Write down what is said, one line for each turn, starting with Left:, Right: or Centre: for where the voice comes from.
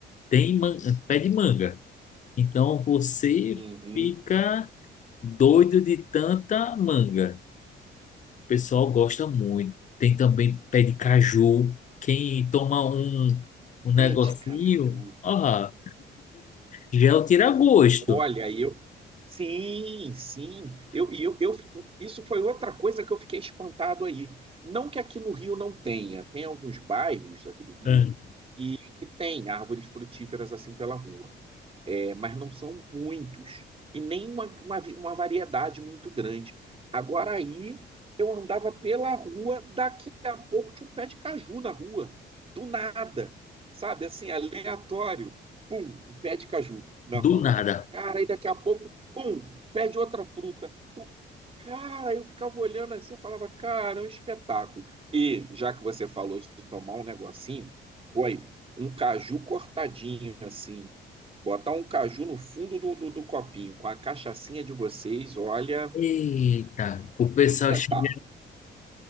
Left: tem man- pé de manga. Então você
Right: uhum.
Left: fica doido de tanta manga. O pessoal gosta muito. Tem também pé de caju. Quem toma um, um negocinho,
Right: Pé de caju.
Left: ó, já é o tira-gosto.
Right: Olha, eu sim, sim. Eu, e eu, eu, isso foi outra coisa que eu fiquei espantado aí. Não que aqui no Rio não tenha, tem alguns bairros aqui do Rio
Left: Hum.
Right: que, que tem árvores frutíferas assim pela rua é, mas não são muitos, e nem uma, uma, uma variedade muito grande. Agora aí, eu andava pela rua, daqui a pouco tinha um pé de caju na rua, do nada, sabe? Assim, aleatório, pum, um pé de caju na rua.
Left: Do nada.
Right: Cara, aí daqui a pouco, pum, pé de outra fruta, pum. Cara, eu ficava olhando assim, eu falava, cara, é um espetáculo. E já que você falou de tomar um negocinho, foi um caju cortadinho assim, Botar um caju no fundo do, do, do copinho com a cachaçinha de vocês, olha,
Left: Eita, o pessoal
Right: espetáculo.
Left: chega,